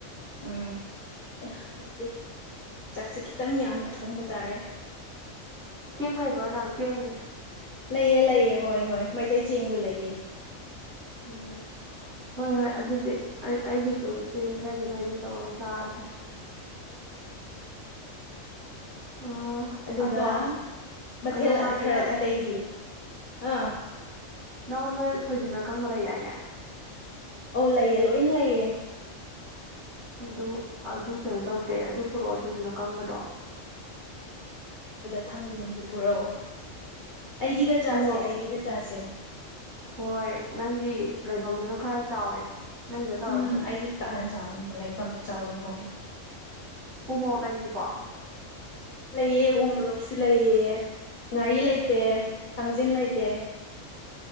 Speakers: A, on the left (about 55°); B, on the right (about 45°).
A: ꯎꯝ ꯑꯦ ꯑꯗꯨꯗꯤ ꯆꯥꯛꯁꯦ ꯈꯤꯇꯪ ꯌꯥꯝꯅ ꯊꯣꯡꯕ ꯇꯥꯔꯦ
B: ꯆꯦꯡ ꯂꯩꯕ꯭ꯔꯣ ꯅꯪ ꯆꯦꯡ
A: ꯂꯩꯑ ꯂꯩꯑꯦ ꯍꯣꯏ ꯍꯣꯏ ꯃꯩꯇꯩ ꯆꯦꯡꯗ ꯂꯩꯌꯦ
B: ꯎꯝ ꯍꯣꯏ ꯍꯣꯏ ꯑꯗꯨꯗꯤ ꯑꯩ ꯑꯩꯒꯤꯁꯨ ꯆꯦꯡ ꯈꯔꯗꯤ ꯂꯩꯅꯣ ꯇꯧꯔꯒ ꯆꯥꯔꯁꯦ ꯑꯥ,
A: ꯑꯗꯨꯒ
B: ꯑꯗꯣ
A: ꯃꯊꯦꯜ
B: ꯀꯩꯅꯣꯝ ꯍꯥꯏꯒꯦ
A: ꯈꯔ
B: ꯅꯪ
A: ꯑꯇꯩꯗꯤ ꯑꯥ
B: ꯅꯉꯣꯟꯗ ꯁꯣꯏꯖꯤꯟꯅ ꯑꯀꯪꯕ ꯂꯩꯗꯥꯏꯅꯦ
A: ꯑꯧ ꯂꯩꯌꯦ ꯂꯣꯏꯅ ꯂꯩꯌꯦ
B: ꯑꯗꯨ ꯑꯗꯨ ꯀꯩꯅꯣ ꯇꯧꯁꯦ ꯑꯗꯨ ꯄꯨꯔꯛꯑꯣ ꯁꯣꯏꯖꯅ ꯀꯪꯕꯗꯣ
A: ꯊꯥꯡꯖꯁꯨ ꯄꯨꯔꯛꯑꯣ ꯑꯩꯒꯤꯗ ꯆꯥꯁꯦ
B: ꯎꯃꯣ
A: ꯑꯩꯒꯤꯗ ꯆꯥꯁꯦ
B: ꯍꯣꯏ ꯅꯪꯒꯤ ꯂꯩꯐꯝ ꯑꯗꯨꯅ ꯈꯔ ꯆꯥꯎꯋꯦ ꯅꯪꯒꯤꯗ ꯇꯧꯔꯁꯦ
A: ꯎꯝ ꯑꯩꯒꯤ ꯀꯥꯅ ꯆꯥꯎꯕꯅꯦ ꯂꯩꯐꯝꯅ ꯆꯥꯎꯕꯅꯦ ꯍꯣꯏ
B: ꯎ ꯃꯣꯔꯣꯛ ꯂꯩꯔꯤꯕꯣ
A: ꯂꯩꯥꯏꯌꯦ ꯎ ꯃꯔꯛ ꯂꯩꯌꯦ ꯉꯥꯔꯤ ꯂꯩꯇꯦ ꯊꯥꯡꯖꯤꯟ ꯂꯩꯇꯦ